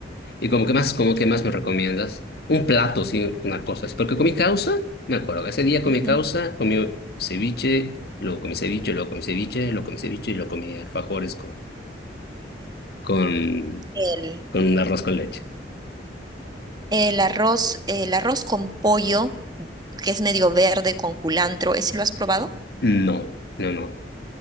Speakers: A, on the left; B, on the right.
A: ¿Y como que más, como que más me recomiendas? Un plato, sí, una cosa así. Porque comí causa, me acuerdo, ese día comí
B: Ujú.
A: causa, comí ceviche, luego comí ceviche, luego comí ceviche, luego comí ceviche y luego comí alfajores con, con,
B: el,
A: con un arroz con leche.
B: el arroz, el arroz con pollo, que es medio verde con culantro, ¿ese lo has probado?
A: No, no, no.